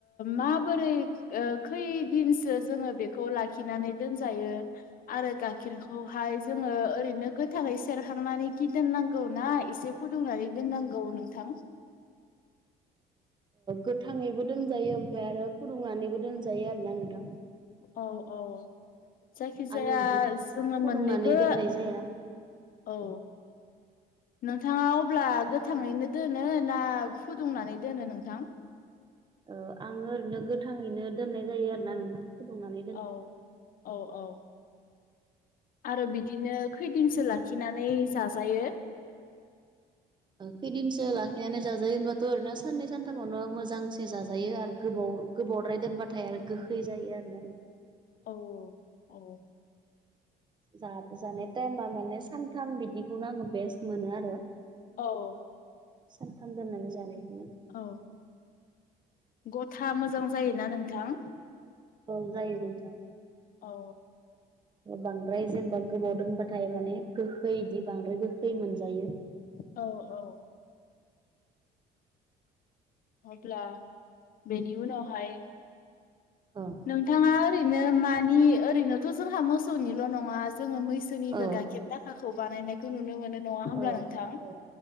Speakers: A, on the left; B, on the right.
A: माबोरै खैदिनसो जोङो बेखौ लाखिनानै दोनजायो आरो गाइखेरखौहाय जोङो ओरैनो गोथाङै सेरखांनानै गिदोननांगौ ना एसे फुदुंनानै दोननांगौ नोंथां
B: गोथाङैबो दोनजायो ओमफ्राय आरो फुदुंनानैबो दोनजायो आरोना नोंथां
A: औ औ जायखिजाया
B: आङो इदि
A: जोङो
B: फुदुंनानै
A: मोननैबो
B: दोननाय जाया
A: औ
B: ओ
A: नोंथाङा अब्ला गोथाङैनो दोनो ना फुदुंनानै दोनो नोंथां
B: औ आङो ओरैनो गोथाङैनो दोननाय जायो आरो ना नोंनो दंनानै
A: औ औ औ आरो बिदिनो खैदिनसो लाखिनानै जाजायो
B: खैदिनसो लाखिनानै जाजायो होनबाथ' ओरैनो साननै सानथामावनो मोजांसे जाजायो आरो गोबाव गोबावद्राय दोनबाथाय आरो गोखै जायो आरो न आ
A: औ औ
B: जाब जानाय टाइमा माने सानथाम बिदिखौनो आङो बेस्ट मोनो आरो
A: औ
B: सानथाम दोननानै जानायखौ
A: औ गथा मोजां जायोना नोंथां
B: ओं जायो नोंथां
A: औ
B: बांद्राय जेनेबा गोबाव दोनबाथाय माने गोखै बिदि बांद्राय गोखै मोनजायो
A: औ औ अब्ला बेनि उनावहाय
B: औ
A: नोंथाङा ओरैनो मानि ओरैनोथ' जोंहा मोसौनिल' नङा जोङो मैसो जनिबो
B: औ
A: गाइखेर दाखाखौ बानायनाय नुनो मोन ना होन
B: औ
A: नोंथां
B: औ